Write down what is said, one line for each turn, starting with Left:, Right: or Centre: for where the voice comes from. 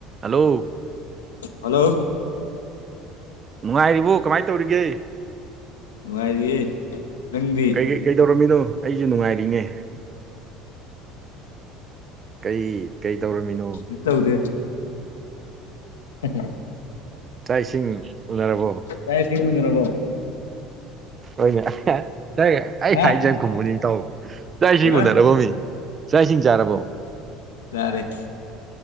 Right: hello
Left: hello
Right: ꯅꯨꯡꯉꯥꯏꯔꯤꯕꯣ ꯀꯃꯥꯏ ꯇꯧꯔꯤꯒꯦ
Left: ꯅꯨꯡꯉꯥꯏꯔꯤꯌꯦ ꯅꯪꯗꯤ
Right: ꯀꯩ ꯀꯩ ꯀꯩꯗꯧꯔꯝꯃꯤꯅꯣ ꯑꯩꯖꯨ ꯅꯨꯡꯉꯥꯏꯔꯤꯅꯦ ꯀꯩ ꯀꯩ ꯗꯧꯔꯝꯃꯤꯅꯣ
Left: ꯀꯩꯁꯨ ꯇꯧꯗꯦ <unintelligible>
Right: ꯆꯥꯛ ꯏꯁꯤꯡ ꯎꯅꯔꯕꯣ
Left: ꯆꯥꯛ ꯏꯁꯤꯡ ꯎꯅꯔꯕꯣ
Right: ꯍꯣꯏꯌꯦ ꯇꯥꯏꯌꯦ ꯑꯩ
Left: ꯍꯥ
Right: ꯍꯥꯏꯖꯦ ꯍꯥꯟ ꯈꯨꯝꯃꯨꯅꯦ ꯏꯇꯥꯎ ꯆꯥꯛ ꯏꯁꯤꯡ
Left: ꯀꯩꯕ
Right: ꯎꯅꯔꯕ ꯃꯤ ꯆꯥꯛ ꯏꯁꯤꯡ ꯆꯥꯔꯕꯣ
Left: ꯆꯥꯔꯦ